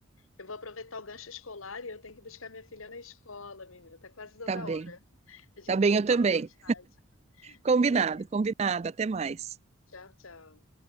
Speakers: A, on the left; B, on the right.
A: Eu vou aproveitar o gancho escolar e eu tenho que buscar minha filha na escola, menina. Tá quase dando
B: Tá
A: a
B: bem,
A: hora. A gente
B: tá bem,
A: se
B: eu
A: fala
B: também.
A: mais tarde.
B: Combinado,
A: Beleza.
B: combinado, até mais.
A: Tchau, tchau.